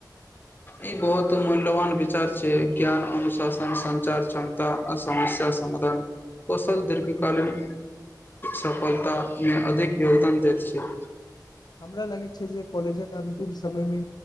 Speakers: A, on the left (about 25°); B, on the left (about 65°).
A: ई बहुत मूल्यवान विचार छै ज्ञान अनुशासन संचार क्षमता आ समस्या समाधान कौशल दीर्घकालीन सफलतामे अधिक योगदान दैत छै
B: हमरा लगैत छै जे कॉलेजक अंतिम समयमे